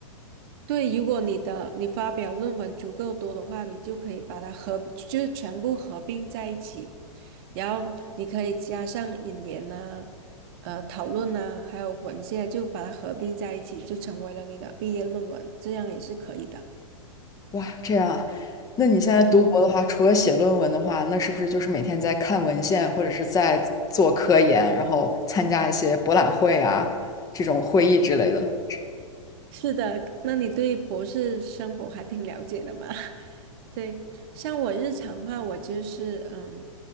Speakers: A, on the right; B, on the left.
A: 对，如果你的你发表论文足够多的话，你就可以把它合，就是全部合并在一起，然后你可以加上引言呐、呃，讨论呐、还有文献，就把它合并在一起，就成为了你的毕业论文，这样也是可以的。
B: 哇，这样啊？那你现在读博的话，
A: 嗯。
B: 除了写论文的话，那是不是就是每天在看文献，或者是在做科研，然后参加一些博览会啊，这种会议之类的？
A: 是的，那你对博士生活还挺了解的嘛？<laughs> 对，像我日常的话，我就是嗯，